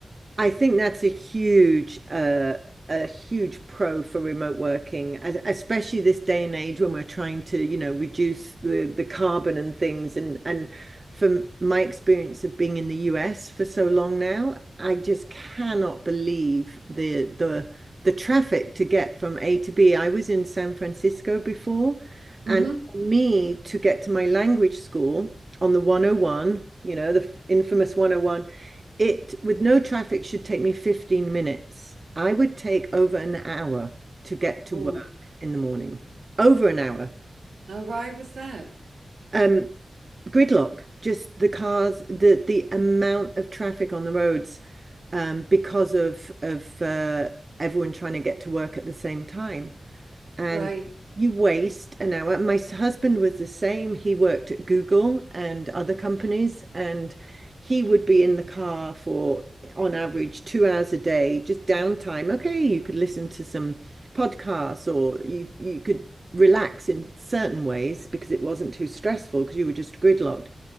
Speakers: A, on the right (about 40°); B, on the right (about 85°).
A: I think that's a huge uh, a huge pro for remote working, es- especially this day and age when we're trying to, you know, reduce the the carbon and things. And and from my experience of being in the US for so long now, I just cannot believe the the the traffic to get from A to B. I was in San Francisco before,
B: hmm
A: and for me to get to my language school on the 101, you know, the f- infamous 101 it, with no traffic, should take me 15 minutes. I would take over an hour to get to
B: oh
A: work in the morning. Over an hour.
B: now why was that
A: Um, gridlock, just the cars, the the amount of traffic on the roads, um, because of of uh, everyone trying to get to work at the same time and
B: right
A: you waste an hour. My husband was the same. He worked at Google and other companies, and he would be in the car for, on average, two hours a day, just downtime. Okay, you could listen to some podcasts or you you could relax in certain ways because it wasn't too stressful because you were just gridlocked.